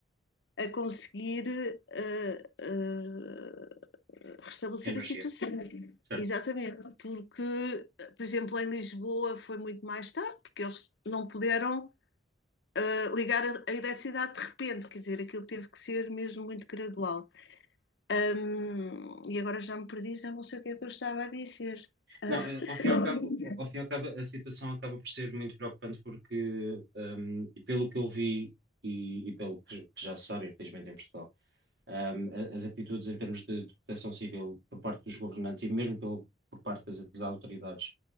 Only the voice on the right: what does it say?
Energia.
Certo.
Não, eh, ao fim e ao cabo, ao ao fim e ao cabo, a situação acaba por ser muito preocupante porque, ehm, e pelo que eu vi e, e pelo que que já se sabe, infelizmente, em Portugal, ehm, a- as atitudes em termos de, de proteção civil por parte dos governantes e mesmo pelo, por parte das, das autoridades